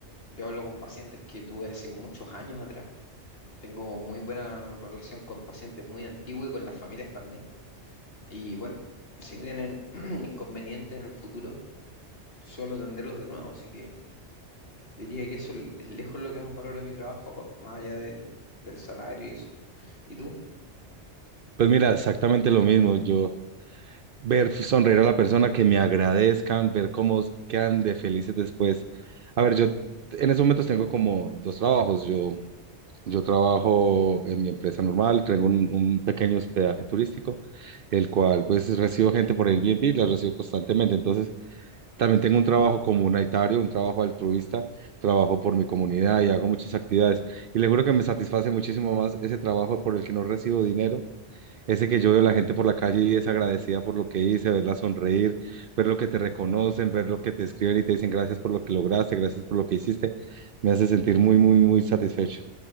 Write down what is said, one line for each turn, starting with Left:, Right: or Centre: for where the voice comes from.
Left: Yo hablo con pacientes que tuve hace muchos años atrás. Tengo muy buena relación con pacientes muy antiguos y con las familias también. Y bueno, si tienen <clears throat> inconvenientes en el futuro, suelo atenderlos de nuevo. Así que diría que eso l- es lejos lo que más valoro de mi trabajo, pa- más allá del, del salario y eso. ¿Y tú?
Right: Pues mira, exactamente lo mismo. Yo ver sonreír a la persona, que me agradezcan, ver cómo quedan de felices después. A ver, yo en esos momentos tengo como dos trabajos. Yo, yo trabajo en mi empresa normal, tengo un, un pequeño hospedaje turístico, el cual pues recibo gente por Airbnb, la recibo constantemente. Entonces, también tengo un trabajo comunitario, un trabajo altruista, trabajo por mi comunidad y hago muchas actividades. Y le juro que me satisface muchísimo más ese trabajo por el que no recibo dinero ese que yo veo la gente por la calle y es agradecida por lo que hice, verla sonreír, ver lo que te reconocen, ver lo que te escriben y te dicen gracias por lo que lograste, gracias por lo que hiciste, me hace sentir muy, muy, muy satisfecho.